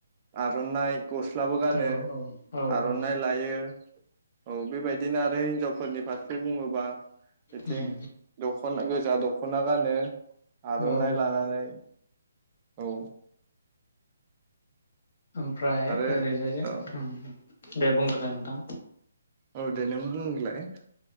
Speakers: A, on the right (about 25°); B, on the left (about 45°).
A: आरनाइ गस्लाबो गानो
B: औ औ औ
A: आरनाइ
B: औ
A: लायो <unintelligible> औ बेबायदिनो आरो हिनजावफोरनि फारसे बुङोबा बिथिं
B: उम
A: दखना गोजा दख दखना गानो
B: उम
A: आरनाय
B: औ
A: लानानै औ।
B: ओमफ्राय
A: आरो
B: ओरैजाय उम
A: औ
B: दे बुंग्रोलाय नोंथां।
A: औ दे नों बुंग्रोलाय <unintelligible>